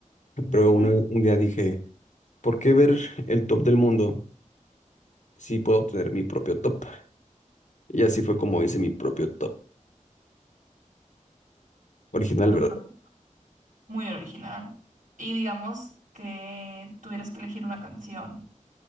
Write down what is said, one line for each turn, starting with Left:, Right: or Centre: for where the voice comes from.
Left: Pero
Right: ujú,
Left: una- un día dije, ¿por qué ver el top del mundo si puedo tener mi propio top? Y así fue como hice mi propio top original,
Right: Tu
Left: ¿verdad?
Right: propio. Muy original. Y digamos que tuvieras que elegir una canción